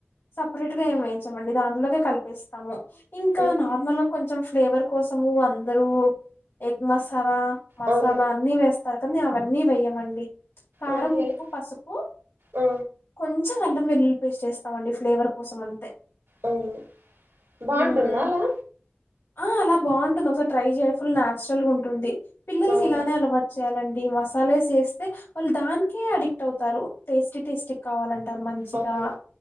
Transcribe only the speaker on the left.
సపరేట్ గా ఏమి వెయ్యం మళ్ళీ దాంట్లోకే కలిపేస్తాము ఇంకా
నార్మల్గా కొంచెం ఫ్లేవర్ కోసము అందరూ ఎగ్ మసాలా మసాలా
అన్ని వేస్తారు కానీ అవన్నీ నెయ్యి వెయ్యమండి కారం
ఉప్పు
పసుపు
కొంచెం అల్లం వెల్లుల్లి పేస్ట్ వేస్తామండి ఫ్లేవర్ కోసం అంతే
ఉమ్
ఆ అలా బాగుంటుంది ఒకసారి ట్రై చేయ ఫుల్ నాచురల్ గా ఉంటుంది పిల్లలకి
ఇలానే అలవాటు చేయాలండి ఈ మసాల ఏసి చేస్తే వాళ్ళు దానికే అడిక్ట్ అవుతారు టేస్టీ టేస్టీ గా కావాలని అంట మంచిగా